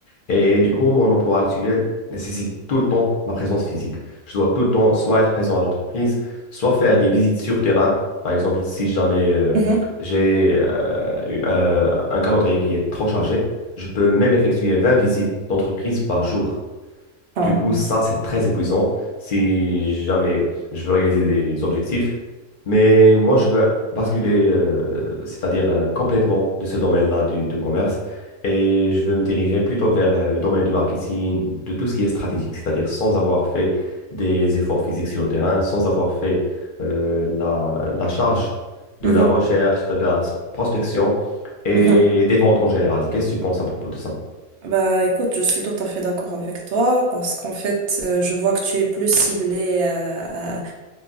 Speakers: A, on the left (about 45°); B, on the right (about 60°).
A: Et du coup, mon emploi actuel nécessite tout le temps ma présence physique. Je dois tout le temps soit être présent à l'entreprise, soit faire des visites sur terrain. Par exemple, si jamais euh,
B: mhm.
A: j'ai euh, eu, euh, un calendrier qui est trop chargé, je peux même effectuer 20 visites d'entreprise par jour.
B: Ah,
A: Du coup,
B: ouais.
A: ça, c'est très épuisant si jamais je veux réaliser des objectifs. Mais moi, je veux basculer, euh, c'est-à-dire euh, complètement de ce domaine-là du, du commerce. Et je veux me diriger plutôt vers euh, le domaine du marketing, de tout ce qui est stratégique, c'est-à-dire sans avoir fait des efforts physiques sur le terrain, sans avoir fait euh, la, la charge de
B: Mhm,
A: la recherche, de la prospection et
B: mhm, mhm.
A: des ventes en général. Qu'est-ce que tu penses à propos de ça?
B: Bah écoute, je suis tout à fait d'accord avec toi parce qu'en fait, euh, je vois que tu es plus ciblée euh, à,